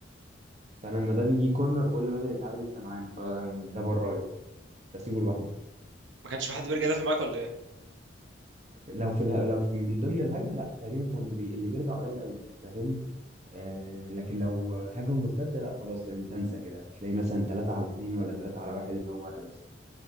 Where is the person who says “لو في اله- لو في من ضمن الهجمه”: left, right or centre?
Right